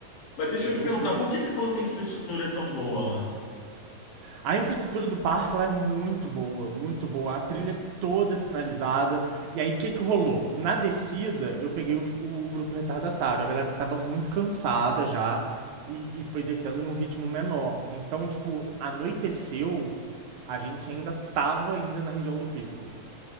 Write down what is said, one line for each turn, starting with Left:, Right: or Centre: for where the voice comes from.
Left: Mas deixa
Right: eu,
Left: eu te perguntar,
Right: eu
Left: por que que você falou que a infraestrutura é tão boa lá?
Right: A infraestrutura do parque lá é muito boa, muito boa. A trilha é toda sinalizada. E aí, o que, que rolou? Na descida, eu peguei o, o grupo retardatário, a galera que estava muito cansada já e, e foi descendo num ritmo menor. Então, tipo, anoiteceu, a gente ainda tava ainda na região do pico.